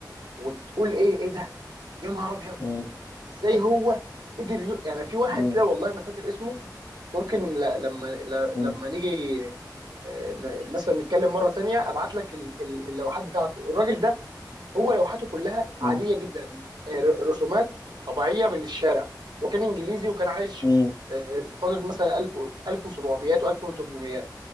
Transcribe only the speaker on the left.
مم.
مم.
مم.
مم.
مم.
مم.